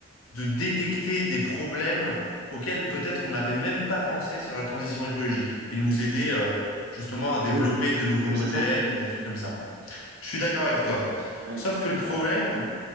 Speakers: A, on the left (about 80°); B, on the right (about 50°).
A: de détecter des problèmes auxquels peut-être on n'avait même pas pensé sur la transition écologique et nous aider euh, justement à développer
B: Mmh.
A: de nouveaux
B: Ouais,
A: modèles,
B: c'est ça.
A: des trucs comme ça. Je suis d'accord avec toi.
B: Ouais.
A: Sauf que le problème